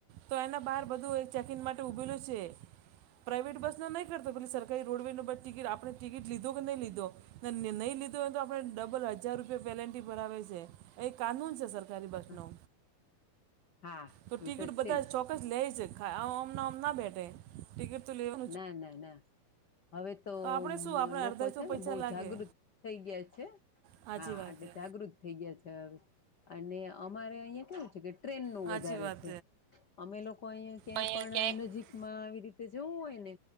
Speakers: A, on the right; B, on the left.
A: તો એના બહાર બધું એ ચેકિન માટે ઉભેલુ છે, પ્રાઇવેટ બસ નહી કરતો, પેલી સરકારી રોડવે ન ઉપ ટિકિટ આપણે ટિકિટ લીધો. તો નહી લીધો, ને ન નહી લીધો તો આપણે ડબલ હજાર રૂપિયા પેનલ્ટી ભરાવે છે. એ કાનૂન છે સરકારી બસ
B: હ
A: નો,
B: હા
A: તો ટિકિટ
B: એ છે
A: બધા
B: જ
A: ચો ક્કસ લે છે, ખા ઓમને ઓમ ના બેટે. ટિકટ તો લ્યો
B: ના ના ના, હવે તો
A: આપણે શું આપણે
B: લોકોજ
A: અડધાસો
B: છે ને
A: પૈસા
B: બહુ
A: લાગે
B: જાગૃત થઈ ગયા છ,
A: સાચી
B: હા
A: વાત
B: એટલે
A: છે
B: જાગ જાગૃત થઈ ગયા છે હવે, અને અમારે અહિયાં કેવું છે કે ટ્રેન નું
A: સાચી
B: વધારે
A: વાત
B: છે, અમે લોકો અહીં ક્યાંય
A: અહીંયા
B: પણ
A: ક્યાંય
B: નજીકમાં આવી રીતે જવું હોય. ને